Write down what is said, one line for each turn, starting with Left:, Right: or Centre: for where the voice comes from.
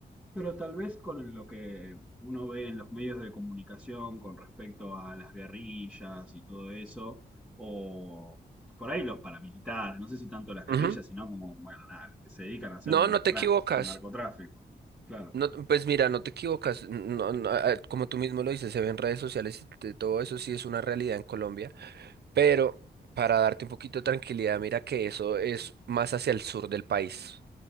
Centre: Pero tal vez con lo que uno ve en los medios de comunicación con respecto a las guerrillas y todo eso, o por ahí los paramilitares, no sé si tanto las guerrillas,
Right: Ujú.
Centre: sino como, bueno, nada, los que se dedican a hacer
Right: No,
Centre: un
Right: no te
Centre: tráfico,
Right: equivocas.
Centre: narcotráfico. Claro.
Right: No, pues mira, no te equivocas. No, no, ah, como tú mismo lo dices, se ve en redes sociales y de todo eso sí es una realidad en Colombia. Pero para darte un poquito de tranquilidad, mira que eso es más hacia el sur del país.